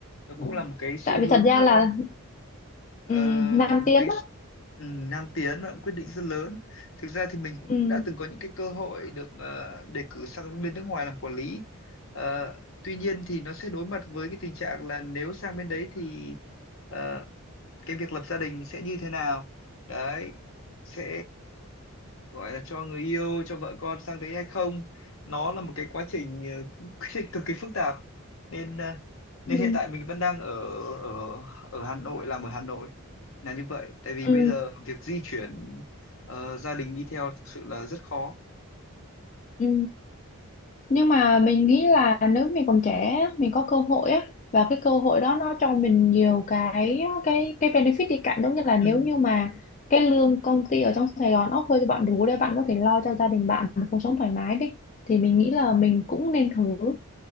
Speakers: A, on the left; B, on the left.
A: Nó
B: Ừ.
A: cũng là một cái xu
B: tại vì
A: hướng
B: thật ra
A: ờ,
B: là
A: Ờ,
B: ừ, Nam
A: một
B: Tiến
A: cái
B: đó
A: ừ, nam tiến và quyết định rất lớn thực ra thì mình cũng
B: ừ,
A: đã từng có những cái cơ hội được ờ, đề cử sang bên nước ngoài làm quản lý Ờ, tuy nhiên thì nó sẽ đối mặt với cái tình trạng là nếu sang bên đấy thì ờ, cái việc lập gia đình sẽ như thế nào đấy sẽ gọi là cho người yêu cho vợ con sang đấy hay không nó là một cái quá trình ờ, <laughs> cực kỳ phức tạp nên ờ, nên
B: ừ,
A: hiện tại mình vẫn đang ở ở ở Hà Nội làm ở Hà Nội là như vậy tại vì
B: ừ,
A: bây giờ việc di chuyển ờ, gia đình đi theo thực sự là rất khó
B: ừ. nhưng mà mình nghĩ là nếu mình còn trẻ á, mình có cơ hội á và cái cơ hội đó nó cho mình nhiều cái cái cái benefit đi cạnh giống như là nếu
A: ừ,
B: như mà cái lương công ty ở trong Sài Gòn offer cho bạn đủ để bạn có thể lo cho gia đình bạn một cuộc sống thoải mái đi thì mình nghĩ là mình cũng nên thử